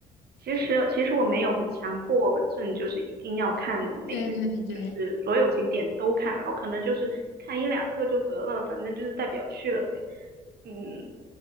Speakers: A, on the right (about 55°); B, on the left (about 65°).
A: 其实其实我没有很强迫症，就是一定要看哪个，
B: 对对对，
A: 就是所有景点都看了，我可能就是看一两个就得了，反正就是代表去了呗。嗯，